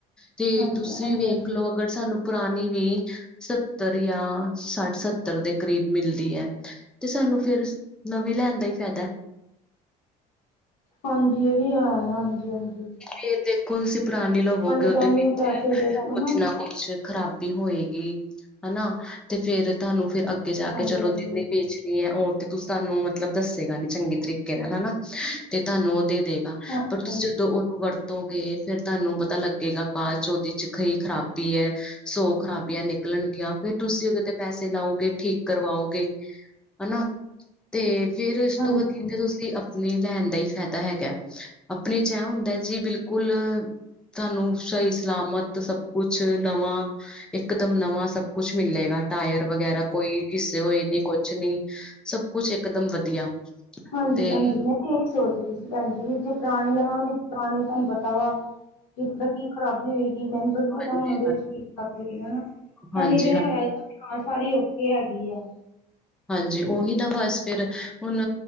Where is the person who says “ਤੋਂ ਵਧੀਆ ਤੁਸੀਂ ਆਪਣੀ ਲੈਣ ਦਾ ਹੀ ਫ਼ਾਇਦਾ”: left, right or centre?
Centre